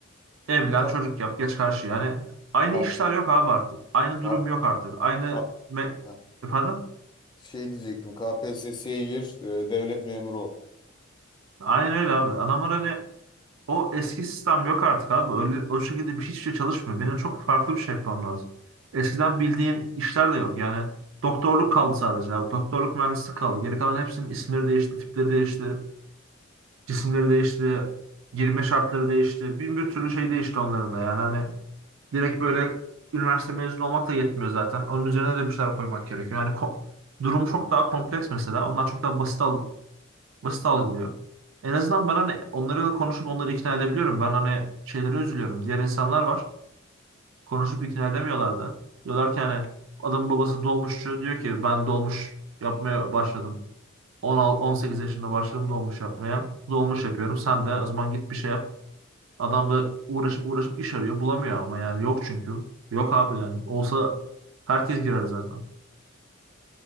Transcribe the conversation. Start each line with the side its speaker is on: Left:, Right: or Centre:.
Right: evlen,
Left: Ka-
Right: çocuk yap, geç karşı yani. Aynı
Left: KP
Right: işler yok abi artık. Aynı
Left: Ka
Right: durum yok artık. Aynı
Left: ka
Right: me-
Left: ha,
Right: efendim?
Left: şey diyecektim. KPSS'ye gir, e, devlet memuru ol.
Right: Aynen öyle abi. Adamlar hani O eski sistem yok artık abi. Öyle, o şekilde bir hiçbir şey çalışmıyor. Benim çok farklı bir şey yapmam lazım. Eskiden bildiğin işler de yok. Yani doktorluk kaldı sadece abi. Doktorluk mühendislik kaldı. Geri kalan hepsinin isimleri değişti, tipleri değişti, cisimleri değişti, girme şartları değişti. Bin bir türlü şey değişti onların da. Yani hani direkt böyle üniversite mezunu olmak da yetmiyor zaten. Onun üzerine de bir şeyler koymak gerekiyor. Yani ko- durum çok daha kompleks mesela. Onlar çok daha basit al- basit algılıyor. En azından ben hani onlarla konuşup onları ikna edebiliyorum. Ben hani şeylere üzülüyorum. Diğer insanlar var. Konuşup ikna edemiyorlar da. Diyorlar ki hani adamın babası dolmuşçu. Diyor ki ben dolmuş yapmaya başladım. 16 18 yaşında başladım dolmuş yapmaya. Dolmuş yapıyorum. Sen
Left: Hı.
Right: de o zaman git bir şey yap. Adam da uğraşıp uğraşıp iş arıyor. Bulamıyor ama yani yok çünkü. Yok abi yani. Olsa herkes girer zaten.